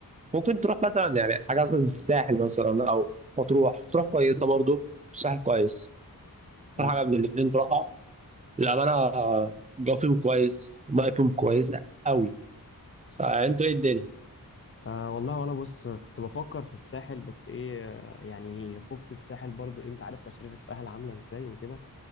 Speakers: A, on the right (about 20°); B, on the left (about 35°).
A: ممكن تروح مثلا يعني حاجة مثلا الساحل مثلا او مطروح تروح كويسة برضو الساحل كويس
B: مم.
A: اكتر حاجة من الاتنين تروحها للأمانة الجو فيهم كويس المية فيهم كويسة قوي فانتوا ايه الدنيا
B: آه والله وانا بص كنت بفكر في الساحل بس ايه آه، يعني خفت الساحل برضو إيه، انت عارف مصاريف الساحل عامله ازاي وكده